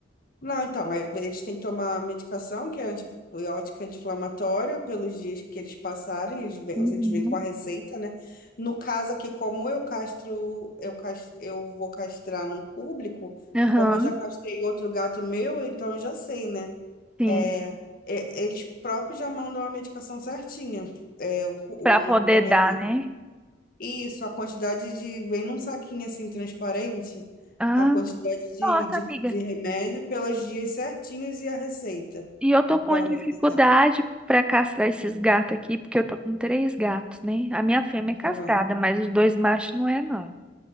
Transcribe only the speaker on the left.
Não, então, aí eles têm que tomar medicação, que é antibiótica anti-inflamatória, pelos dias que eles passarem, eles vêm,
eles vêm com a receita, né? No caso aqui, como eu castro, eu, cas- eu vou castrar num público,
como eu já castrei outro gato meu, então eu já sei, né?
É, é, eles próprios já mandam a medicação certinha. É, o, o,
no
começo
isso, a quantidade de. Vem num saquinho assim transparente,
a quantidade de,
de,
de remédio pelos dias certinhos e a receita
para
você dar.
Aham.